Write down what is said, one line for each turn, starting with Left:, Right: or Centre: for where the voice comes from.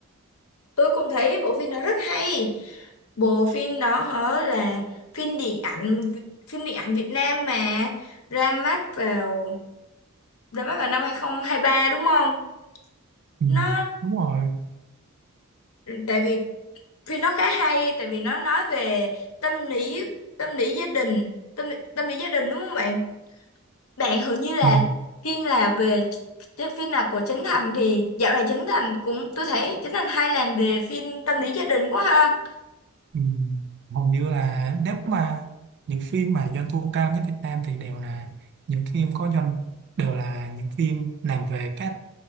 Left: tôi cũng thấy bộ phim đó rất hay bộ phim đó hả là phim điện ảnh phim điện ảnh Việt Nam mà ra mắt vào ra mắt vào năm 2023 đúng không?
Right: Ừ,
Left: Nó
Right: đúng rồi.
Left: tại vì phim nó khá hay tại vì nó nói về tâm lý tâm lý gia đình, tâm tâm lý gia đình đúng không bạn? Bạn hầu như là
Right: Ừ,
Left: phim là về cái phim nào của Trấn Thành thì dạo này Trấn Thành cũng tôi thấy Trấn Thành hay làm về phim tâm lý gia đình quá ha.
Right: ừ. Hầu như là nếu mà những phim mà doanh thu cao nhất Việt Nam thì đều là những phim có doanh đều là những phim làm về các